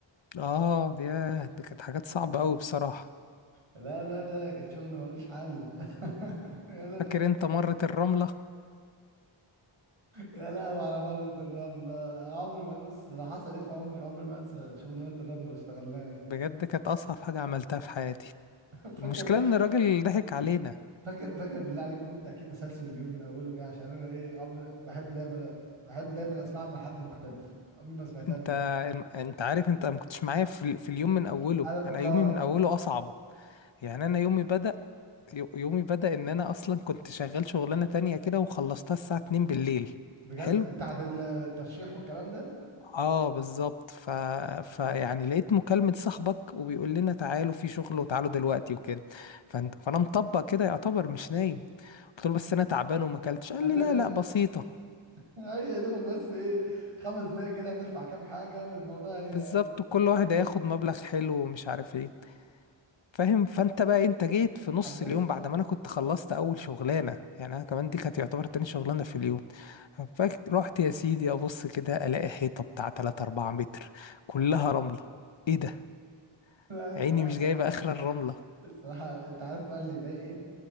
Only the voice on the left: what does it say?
اه دي دي كانت حاجات صعبة قوي بصراحة
فاكر انت مرة الرملة
بجد كانت اصعب حاجة عملتها في حياتي
المشكلة ان الراجل ضحك علينا
انت
انت عارف انت ما كنتش معايا في... في اليوم من اوله
انا يومي
من اوله اصعب يعني انا يومي بدأ يو- يومي بدأ ان انا اصلا كنت شغال شغلانة تانية كده وخلصتها الساعة 2 بالليل
حلو
اه بالظبط ف... فيعني لقيت مكالمة صاحبك وبيقول لنا تعالوا في شغل وتعالوا دلوقتي وكده فن... فانا مطبق كده يعتبر مش نايم قلت له بس انا تعبان وما اكلتش قال
لي
لا لا بسيطة
بالظبط وكل
واحد
هياخد مبلغ حلو ومش عارف ايه فاهم فانت بقى انت جيت في
نص اليوم بعد ما انا كنت خلصت اول شغلانه يعني انا كمان دي كانت يعتبر تاني شغلانه في اليوم فرحت يا سيدي ابص كده الاقي حيطه بتاع 3 4 متر كلها رمله ايه ده
عيني مش جايبه اخر الرمله